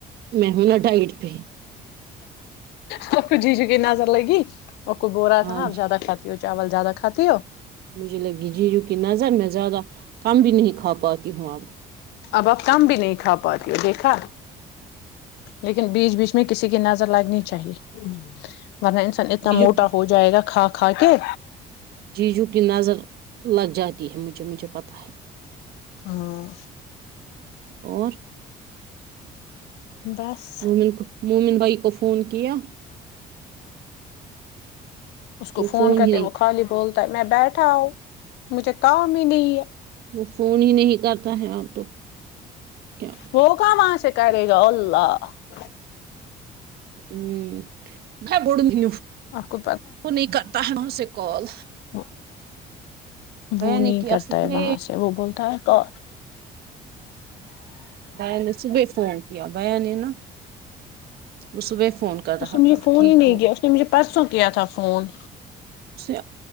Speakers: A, on the right; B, on the left.
A: میں ہوں نا ڈائٹ پہ
B: سب کچھ جی چکے نہ سب <inaudible> لگ <unintelligible> وہ کچ بوا ل رہا تھا
A: آج
B: نا آپ زیادہ کھاتی ہو چاول زیادہ کھاتی ہو
A: مجھے لگی جیجو کی نظر میں زیادہ کم بھی نہیں کھا پاتی ہوں اب
B: اب آپ کم بھی نہیں کھا پاتی ہو دیکھا لیکن بیچ بیچ میں کسی کی نظر لگنی چاہیے ورنہ انسان اتنا
A: جیجو
B: موٹا ہو جائے گا کھا کھا کے
A: جیجو نظر لگ جاتی ہے مجھے مجھے پتا ہے
B: ہاں
A: اور
B: بس
A: مومن کو مومن بائی کو فون کیا
B: اس کو
A: وہ
B: فون کرتے
A: ہی نہیں
B: وہ خالی بول میں بیٹ <inaudible> تاؤ مجھے کام ہی نہیں ہے
A: وہ فون ہی نہیں کرتا ہے اب تو کیا
B: ہو کہ وہاں شک <unintelligible> کر رہ رلہ <unintelligible>
A: ہوں بوڈوں گی ن
B: آپ کو
A: وہ نہیں کرتا ہے وہاں سے <unintelligible> کال
B: ا <unintelligible>
A: بیا
B: وہ
A: نے
B: نہیں
A: کیا
B: کرتا
A: صبح
B: ہے وہاں سے وہ بولتا ہے اور
A: ب صبے فون <unintelligible> کیابایا نے نا وہ صبح <inaudible>
B: اس نے مجھے
A: تھا
B: فون
A: ٹھیک
B: ہی نہیں
A: ہو
B: کیا اس نے مجھے پرسوں کیا تھا فون
A: اسے